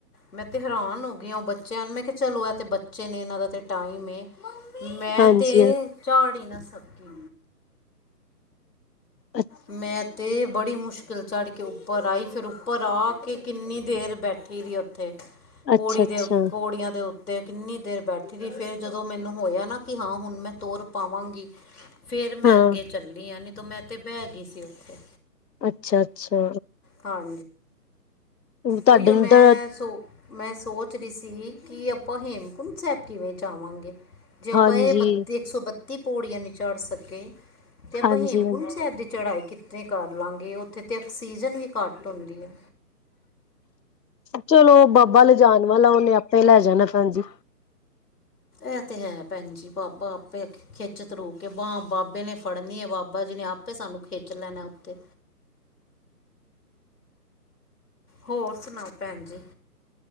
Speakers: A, on the left; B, on the left.
A: ਮੈਂ ਤੇ ਹੈਰਾਨ ਹੋ ਗਈ ਉਹ ਬੱਚਿਆਂ ਨੂੰ ਮੈਂ ਕਿਹਾ ਚਲੋ ਇਹ ਤੇ ਬੱਚੇ ਨੇ ਇਹਨਾਂ ਦਾ ਤੇ ਟਾਈਮ ਏ। ਮੈਂ
B: ਹਾਂਜੀ।
A: ਤਾਂ ਚੜ ਹੀ ਨਾ ਸਕੀ।
B: ਅੱਛਾ।
A: ਮੈਂ ਤੇ ਬੜੀ ਮੁਸ਼ਕਿਲ ਚੜ੍ਹ ਕੇ ਉੱਪਰ ਆਈ ਫਿਰ ਉੱਪਰ ਆ ਕੇ ਕਿੰਨੀ ਦੇਰ ਬੈਠੀ ਰਹੀ ਉੱਥੇ। ਉੱਥੇ
B: ਅੱਛਾ-ਅੱਛਾ,
A: ਪੌੜੀ ਦੇ ਪੌੜੀਆਂ ਦੇ ਉੱ ਤੇ ਕਿੰਨੀ ਦੇਰ ਬੈਠੀ ਰਹੀ ਫਿਰ ਜਦੋਂ ਮੈਨੂੰ ਹੋਇਆ ਨਾ ਕਿ ਹਾਂ ਹੁਣ ਮੈਂ ਤੁਰ ਪਾਵਾਂਗੀ। ਫਿਰ ਮੈਂ
B: ਹਾਂ
A: ਅੱਗੇ ਚੱਲੀ ਆਂ ਨਹੀਂ ਤਾਂ ਮੈਂ ਤਾਂ ਬਹਿ ਗਈ ਸੀ ਉੱਥੇ।
B: ਅੱਛਾ- ਅੱਛਾ।
A: ਹਾਂ।
B: ਤੁਹਾਡੇ
A: ਉਹੀਓ,
B: ਨੂੰ
A: ਮੈਂ
B: ਤਾਂ
A: ਸੋ ਮੈਂ ਸੋਚ ਰਹੀ ਸੀ ਕਿ। ਆਪਾਂ ਹੇਮਕੁੰਟ ਸਾਹਿਬ ਕਿਵੇਂ ਜਾਵਾਂਗੇ ਜੇ ਆਪਾਂ
B: ਹਾਂਜੀ,
A: ਇਹ ਬਤੀ ਇੱਕ ਸੌ ਬੱਤੀ। ਪੌੜੀਆਂ ਨੀ ਚੜ੍ਹ ਸਕੇ ਤੇ ਆਪਾਂ
B: ਹਾਂਜੀ
A: ਹੇਮਕੁੰਟ ਸਾਹਿਬ ਦੀ ਚੜਾਈ ਕਿਤੇ ਕਾਰਨ। ਕਰ ਲਾਂਗੇ ਉੱਥੇ ਤਾਂ ਆਕਸੀਜਨ ਵੀ ਘੱਟ ਹੁੰਦੀ ਹੈ।
B: ਚਲੋ ਬਾਬਾ ਲਿਜਾਣ ਵਾਲਾ ਉਹਨੇ ਆਪੇ ਲੈ ਜਾਣਾ ਭੈਣ ਜੀ।
A: ਇਹ ਤੇ ਹੈ ਭੈਣ ਜੀ ਬਾਬਾ ਆਪੇ ਖਿੱਚ ਤਰੂ ਕੇ ਬਾਂਹ ਬਾਬੇ ਨੇ ਫੜਨੀ ਹੈ ਬਾਬਾ। ਬਾਬਾ ਜੀ ਨੇ ਆਪੇ ਸਾਨੂੰ ਖਿੱਚ ਲੈਣਾ ਉੱਥੇ। ਹੋਰ ਸੁਣਾਓ ਭੈਣ ਜੀ।